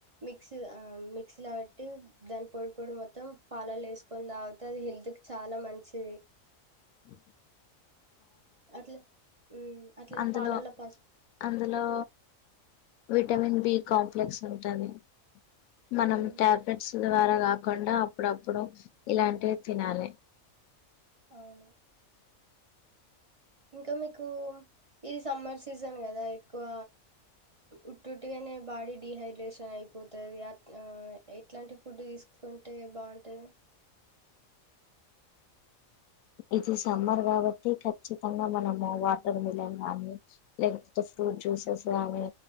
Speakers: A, on the right; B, on the left.
A: మిక్సీ ఆ మిక్సీ లా పెట్టి దాని పొడి పొడి మొత్తం పాలాలో వేసుకొని తాగితే అది హెల్త్ కి చాలా మంచిది
B: ఓ
A: అట్ల అట్లనే
B: అందులో
A: పాలల్లో పసుపు
B: అందులో విటమిన్ బి కాంప్లెక్స్ ఉంటుంది మనం
A: హ్మ్
B: టాబ్లెట్స్ ద్వారా కాకుండా అప్పుడప్పుడు ఇలాంటివి తినాలి
A: అవును ఇంకా మీకు ఇది సమ్మర్ సీజన్ కదా ఎక్కువ ఉట్టుట్టుగానే బాడీ డిహైడ్రేషన్ అయిపోతుంది అ ఎట్లాంటి ఫుడ్ తీసుకుంటే బాగుంటది
B: ఇది సమ్మర్ కాబట్టి ఖచ్చితంగా మనము వాటర్ మిలన్ గానీ లేకపోతే ఫ్రూట్ జ్యూసెస్ గానీ